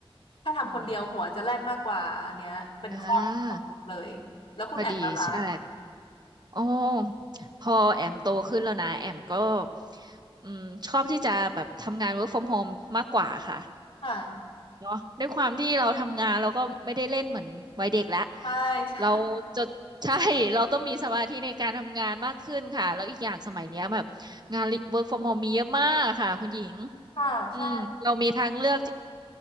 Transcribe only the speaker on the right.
อืมอ่า
พอดี
ใช่ อ๋อพอแอมโตขึ้นแล้วนะแอมก็อืมชอบที่จะแบบทำงาน work from home มากกว่าค่ะ
เนาะด้วยความที่เราทำงานเราก็ไม่ได้เล่นเหมือนวัยเด็กแล้ว
เราจะใช่ <laughs> เราต้องมีสมาธิในการทำงานมากขึ้นค่ะแล้วอีกอย่างสมัยเนี้ยแบบงาน work from home มีเยอะมากค่ะคุณหญิง
อืมเรามีทางเลือก